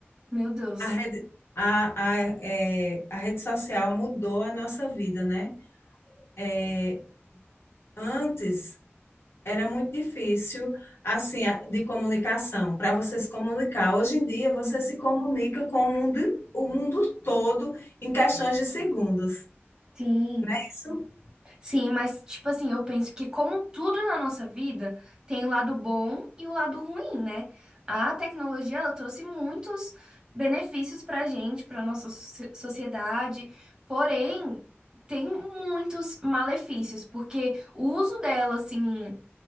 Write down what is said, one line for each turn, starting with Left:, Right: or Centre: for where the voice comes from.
Right: meu Deus.
Left: A rede, a, a, é, a rede social mudou a nossa vida, né? É, antes era muito difícil, assim, a- de comunicação, para você se comunicar. Hoje em dia, você
Right: Sim.
Left: se comunica com o mundo, o mundo todo em questões de segundos,
Right: Sim.
Left: né? Isso,
Right: Sim, mas tipo assim, eu penso que como tudo na nossa vida, tem o lado bom e o lado ruim, né? A tecnologia, ela trouxe muitos benefícios pra gente, pra nossa soci- sociedade, porém, tem muitos malefícios, porque o uso dela, assim,